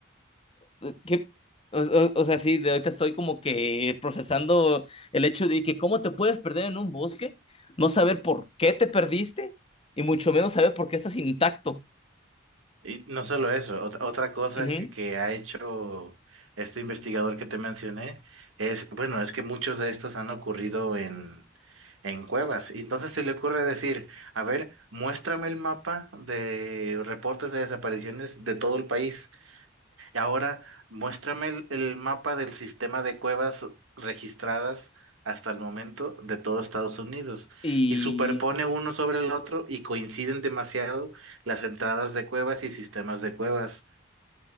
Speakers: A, on the left; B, on the right.
A: eh, ¿Qué? O, o- o sea, sí, de ahorita estoy como que procesando el hecho de que cómo te puedes perder en un bosque, no saber por qué te perdiste y mucho menos saber por qué estás intacto.
B: Y no solo eso, otra, otra cosa
A: Ujú.
B: que que ha hecho este investigador que te mencioné es, bueno, es que muchos de estos han ocurrido en, en cuevas. Y entonces se le ocurre decir, a ver, muéstrame el mapa de reportes de desapariciones de todo el país. Ahora, muéstrame el, el mapa del sistema de cuevas registradas hasta el momento de todo Estados Unidos
A: Y,
B: y superpone uno sobre el otro y coinciden demasiado las entradas de cuevas y sistemas de cuevas.